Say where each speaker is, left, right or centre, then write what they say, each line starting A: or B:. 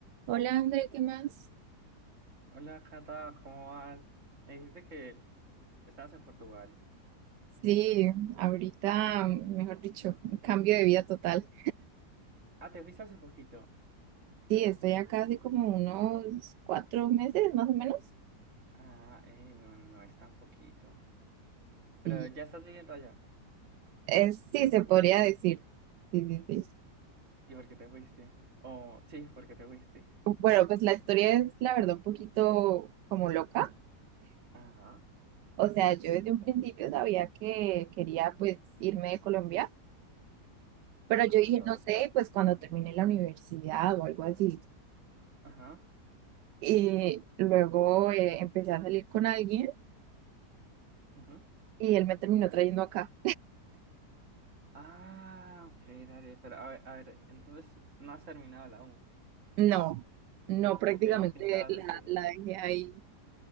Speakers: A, on the right; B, on the right.
A: Hola, André, ¿qué más?
B: Hola, Cata, ¿cómo vas? Me dijiste que estabas en Portugal.
A: Sí, ahorita, mejor dicho, un cambio de vida total.
B: Ah, te fuiste hace poquito.
A: Sí, estoy acá hace como unos cuatro meses más o menos.
B: Ah, eh, no, no es tan poquito. Pero
A: Sí,
B: ya estás viviendo allá.
A: es, sí, se podría decir. Sí, sí, sí.
B: ¿Y por qué te fuiste? Oh, sí, ¿por qué te fuiste?
A: Bueno, pues la historia es, la verdad, un poquito como loca.
B: Ajá,
A: O sea, yo desde un principio sabía que quería pues irme de Colombia, pero
B: como
A: yo dije,
B: todos.
A: no sé, pues cuando termine la universidad o algo así.
B: Ajá,
A: Y luego eh, empecé a salir con alguien
B: ujú.
A: y él me terminó trayendo acá.
B: Ah, ok, dale, pero a ver, a ver, entonces no has terminado la U.
A: No, no, prácticamente
B: Ok, ¿qué estabas
A: la,
B: estudiando?
A: la dejé ahí.